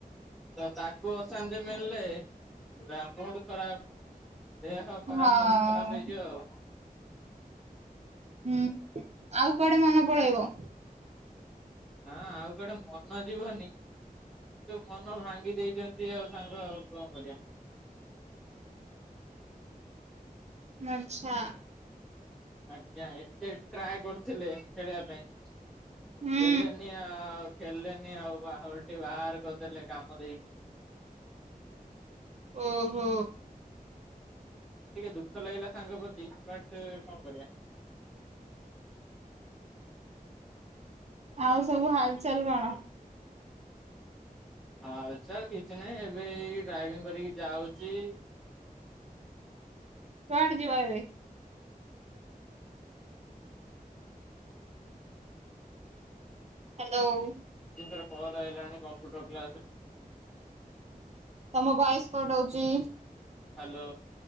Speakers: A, in the centre; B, on the right.
A: ତ ତାକୁ ଅଶାନ୍ତି ମିଳିଲେ ପୁରା ମୁଡ୍ ଖରାପ। ଦେହ ଖରାପ,
B: ହଁ
A: ସବୁ ଖରାପ ହେଇଯିବ ଆଉ।
B: ଉଁ ହୁଁ ଆଉ କୁଆଡେ ମନ ପଳେଇବ?
A: ଆଁ ଆଉ କୁଆଡେ ମନ ଯିବନି କିନ୍ତୁ ମନ ଭାଙ୍ଗି ଦେଇଛନ୍ତି ଆଉ ସାଙ୍ଗ ଆଉ କଣ କରିବା।
B: ଆଚ୍ଛା।
A: ଆଜ୍ଞା ଏତେ ଟ୍ରାଏ କରୁଥିଲେ ଖେଳିବା ପାଇଁ
B: ହୁଁ।
A: ଦେଲେନି ଆଉ, ଖେଳିଲେନି ଆଉ ବା ଓଲଟି ବାହାର କରିଦେଲେ କାମ ଦେଇକି।
B: ଓହୋ।
A: ଟିକେ ଦୁଃଖ ଲାଗିଲା ସାଙ୍ଗ ପ୍ରତି ବଟ୍ କଣ କରିବା।
B: ଆଉ ସବୁ ହାଲଚାଲ୍ କଣ?
A: ହାଲଚାଲ୍ କିଛି ନାହିଁ ଏବେ ଏଇ ଡ୍ରାଇଭିଂ କରିକି ଯାଉଛି।
B: କୁଆଡେ ଯିବ ଏବେ? ହାଲୋଉ।
A: ତିନିଥର କଲ୍ ଆଇଲାଣି କମ୍ପ୍ୟୁଟର କ୍ଲାସ୍
B: ତମ ଭଏସ୍ କଟ୍ ହଉଛି।
A: ହାଲୋ।